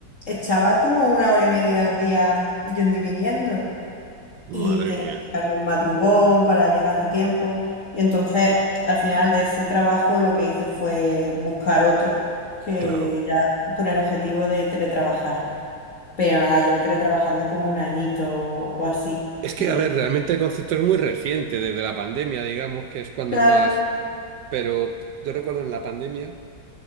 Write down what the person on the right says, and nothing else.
Madre
mía.
Claro.
Es
que, a ver, realmente el concepto es muy reciente, desde la pandemia, digamos, que es cuando
más. Pero yo recuerdo en la pandemia.